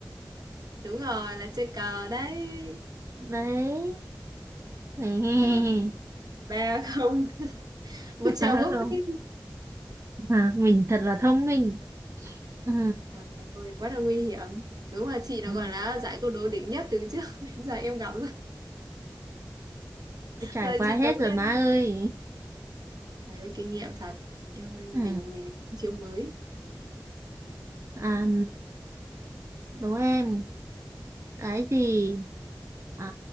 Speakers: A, on the right; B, on the right.
A: đúng rồi là chơi cờ đấy
B: đấy. Nè,
A: rồi ba không một
B: <laughs>
A: chèo
B: phải
A: búp
B: không?
A: đi
B: À, mình thật là thông minh. Ừ.
A: Trời ơi, quá là nguy hiểm đúng là chị nó
B: Ừ.
A: gọi là giải câu đố đỉnh nhất từ trước <laughs> đến giờ em gặp rồi
B: Tôi trải
A: rồi
B: qua
A: chị
B: hết
A: đầu
B: rồi
A: tiên
B: má ơi.
A: Trời ơi, kinh nghiệm thật em ơi,
B: Ừ.
A: mình mình chiêu mới
B: À, Đố em cái gì à,